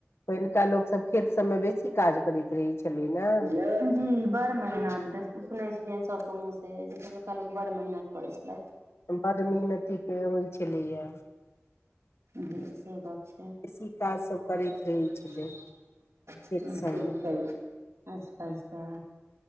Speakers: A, on the left; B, on the right.
A: पहिलुका लोक सब, खेत सबमे बेसी काज करैत रहै छलै न।
B: <unintelligible> बस बड़ मेहनत, सुनय छलियनि सबके मुँह स, जे पहिलुका लोक बड़ मेहनत करे छलथि।
A: बड मेहनती के होय छलये।
B: जी से बात छै
A: बेसी काजसभ करैत
B: <unintelligible>
A: रहै छलै खेत सभमे
B: अच्छा अच्छा